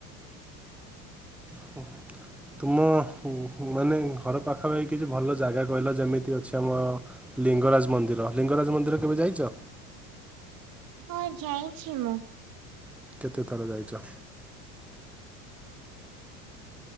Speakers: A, in the centre; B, on the right (about 50°).
A: <unintelligible> ତୁମ ମାନେ ଘର ପାଖପାଖି କିଛି ଭଲ ଜାଗା କହିଲ ଯେମିତି ଅଛି ଆମ ଲିଙ୍ଗରାଜ ମନ୍ଦିର, ଲିଙ୍ଗରାଜ ମନ୍ଦିର କେବେ ଯାଇଛ?
B: ହଁ ଯାଇଛି ମୁଁ।
A: କେତେ ଥର ଯାଇଛ?